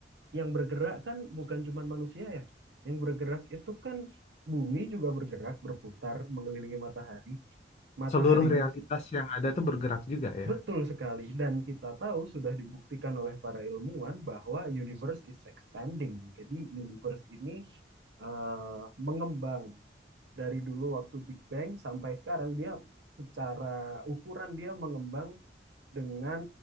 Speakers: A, on the right; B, on the left.
A: yang bergerak kan bukan cuma manusia ya. Yang bergerak itu kan bumi juga bergerak berputar mengelilingi matahari. Mataharinya
B: Seluruh realitas
A: s-
B: yang ada itu bergerak juga ya.
A: betul sekali dan kita tahu sudah dibuktikan oleh para ilmuwan bahwa universe is expanding. Jadi universe ini eh, mengembang dari dulu waktu Big Bang sampai sekarang dia secara ukuran dia mengembang dengan